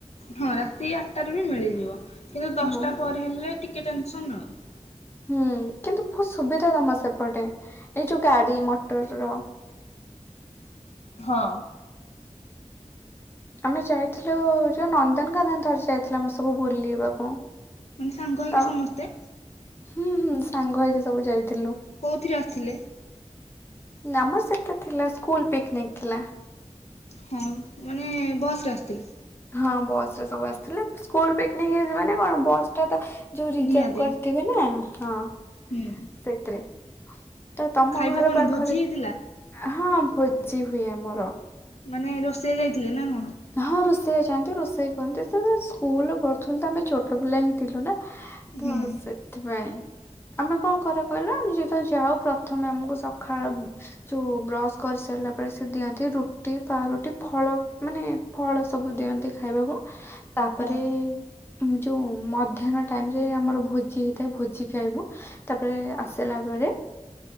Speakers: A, on the left (about 60°); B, on the left (about 20°).
A: ହଁ ରାତି ଆଠଟାରେ ବି ମିଳିଯିବ କିନ୍ତୁ ଦଶଟା
B: ହଁ
A: ପରେ ହେଲେ ଟିକେ ଟେନସନ ଆଉ।
B: ହୁଁ କିନ୍ତୁ ବହୁତ ସୁବିଧା ତମ ସେପଟେ ଏଇ ଯୋଉ ଗାଡି ମଟର ର
A: ହଁ।
B: ଆମେ ଯାଇଥିଲୁ ଯୋଉ ନନ୍ଦନକାନନ ଥର ଯାଇଥିଲା ମୁଁ ସବୁ ବୁଲିବାକୁ।
A: ମାନେ ସାଙ୍ଗ ହେଇକି
B: ତ
A: ସମସ୍ତେ।
B: ହୁଁ ହୁଁ ସାଙ୍ଗ ହେଇକି ସବୁ ଯାଇଥିଲୁ।
A: କୋଉଥିରେ ଆସିଥିଲେ?
B: ନାମ ସେତା ଥିଲା ସ୍କୁଲ ପିକ୍ନିକ ଥିଲା।
A: ହଁ ମାନେ ବସ୍ ରେ ଆସୁଥିଲି।
B: ହଁ ବସରେ ସବୁ ଆସିଥିଲା ସ୍କୁଲ ପିକନିକ ହେଇଚି ମାନେ କଣ ବସ୍ ଟା ତ ଯୋଉ ରିଜର୍ଭ
A: ନିହାତି
B: କରିଥିବେ ନା ହଁ।
A: ହୁଁ।
B: ସେଥିରେ ତ ତମ
A: ଖାଇବା
B: ଘର
A: କଣ
B: ପାଖରେ
A: ଭୋଜି ହେଇଥିଲା
B: ହଁ ଭୋଜି ହୁଏ ଆମର।
A: ମାନେ ରୋଷେଇଆ ଯାଇଥିଲେ ନା କଣ?
B: ହଁ ରୋଷେଇ ଯାଆନ୍ତି ରୋଷେଇ କରନ୍ତି ତ ସ୍କୁଲ ପଢୁଥିଲୁ ତ ଆମେ ଛୋଟ ପିଲା ହିଁ ଥିଲୁ ନା। ତ
A: ହୁଁ
B: ସେଥିପାଇଁ ଆମେ କଣ କରେ କହିଲା ଆମେ ଯେେତେବେଳେ ଯାଉ ପ୍ରଥମେ ଆମକୁ ସଖାଳୁ ଯୋଉ ବ୍ରସ୍ କରିସାରିଲା ପରେ ସେ ଦିଅନ୍ତି ରୁଟି ପାଉଁରୁଟି ଫଳ ମାନେ ଫଳ ସବୁ ଦିଅନ୍ତି ଖାଇବାକୁ ତାପରେ
A: ହଁ
B: ଯୋଉ ମଧ୍ୟାହ୍ନ ଟାଇମ ରେ ଆମର ଭୋଜି ହେଇଥାଏ ଭୋଜି ଖାଇବୁ। ତାପରେ ଆସିଲା ପରେ